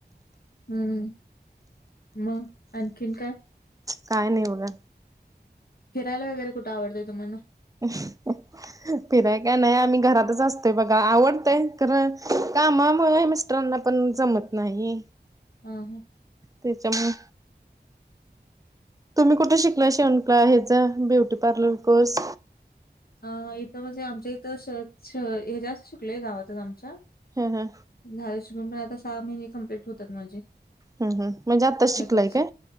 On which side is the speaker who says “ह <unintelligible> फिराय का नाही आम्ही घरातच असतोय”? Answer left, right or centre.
Right